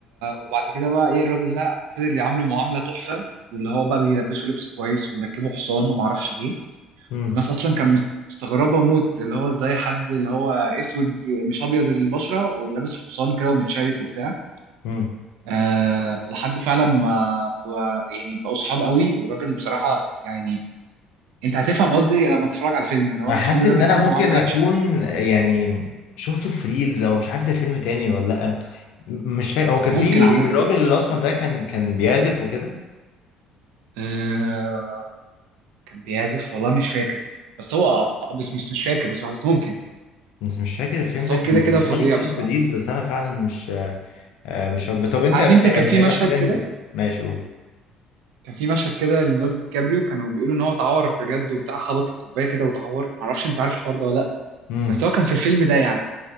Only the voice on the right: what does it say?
وبعد كده بقى ايه الراجل ده فضل يعامله معامله تحفه واللي هو بقى بيلبسه لبس كويس ومركبه حصان ومعرفش ايه
والناس اصلا كان مست- مستغربه موت اللي هو ازاي حد اللي هو اسود مش ابيض البشره ولابس حصان كده ومتشيك وبتاع
أه لحد فعلا ما و... يعني بقوا صحاب قوي والراجل بصراحه يعني انت هتفهم قصدي لما تتفرج على الفيلم اللي هو
جانجو
ده بيتعامل
معامله وحشه
ممكن
عامه
آه، كان بيعزف والله مش فاكر بس هو آه، بس مش مش فاكر بصراحه بس ممكن
بس
هو
كده كده
فظيع
بصراحه
عارف انت
كان في
مشهد
كده
كان في مشهد كده لنورد كابريو كانوا بيقولوا ان هو اتعور بجد وبتاع خبط الكوبايه كده واتعور معرفش انت عارف الحوار ده ولا لا
بس هو كان في الفيلم ده يعني